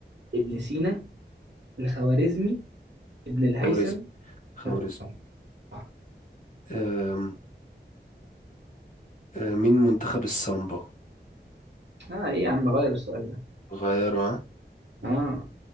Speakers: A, on the right; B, on the left.
A: ابن سينا الخوارزمي ابن الهيثم
B: خوارزم خوارزم
A: الر- صح صح
B: آم، آه مين منتخب السامبا
A: اه ايه يا عم غير السؤال ده
B: غيره ها
A: اه